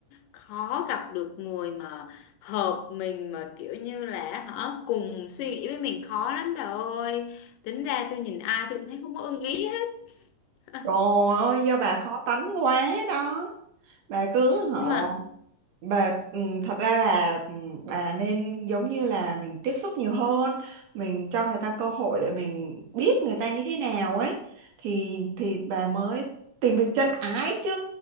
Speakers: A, on the left; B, on the right.
A: khó gặp được người mà hợp mình mà kiểu như là họ cùng suy nghĩ với mình khó lắm bà ơi tính ra tôi nhìn ai tôi cũng thấy không có ưng ý hết <laughs>
B: Trời ơi, do bà khó tánh quá đó. Bà cứ hả
A: nhưng mà
B: bà ừ, thật ra là ừ, bà nên giống như là mình tiếp xúc nhiều hơn mình cho người ta cơ hội để mình biết người ta như thế nào ấy thì thì bà mới tìm được chân ái chứ